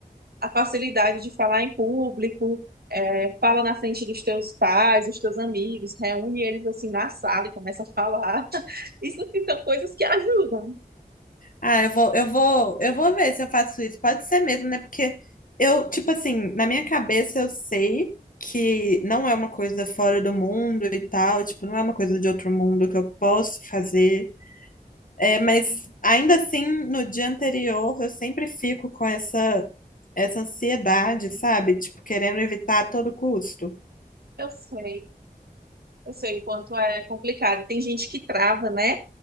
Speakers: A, on the right; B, on the left.
A: a facilidade de falar em público, é, fala na frente dos teus pais, dos teus amigos, reúne eles, assim, na sala e começa a falar. <laughs> Isso, assim, são coisas que ajudam.
B: Ah, eu vou, eu vou, eu vou ver se eu faço isso. Pode ser mesmo, né? Porque eu, tipo assim, na minha cabeça eu sei que não é uma coisa fora do mundo e tal, tipo, não é uma coisa de outro mundo que eu posso fazer. É, mas ainda assim, no dia anterior, eu sempre fico com essa, essa ansiedade, sabe? Tipo, querendo evitar a todo custo.
A: Eu sei, eu sei o quanto é complicado. Tem gente que trava, né?